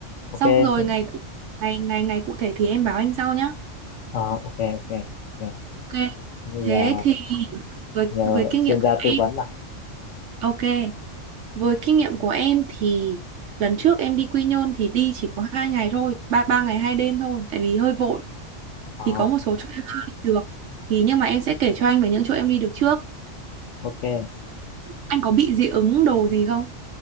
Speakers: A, on the left (about 75°); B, on the right (about 70°).
A: ok
B: Xong rồi ngày cụ- ngày ngày ngày cụ thể thì em báo anh sau nhá.
A: ờ, ok ok ok
B: Ok,
A: thì
B: thế
A: ờ,
B: thì với
A: nhờ
B: với kinh
A: chuyên
B: nghiệm
A: gia
B: của
A: tư vấn
B: em
A: à
B: ok. Với kinh nghiệm của em thì lần trước em đi Quy Nhơn thì đi chỉ có hai ngày thôi, ba ba ngày hai đêm thôi, tại vì hơi vội
A: ờ,
B: thì có một số chỗ em chưa đi được. Thì nhưng mà em sẽ kể cho anh về những chỗ em đi được trước.
A: ok
B: Anh có bị dị ứng đồ gì không?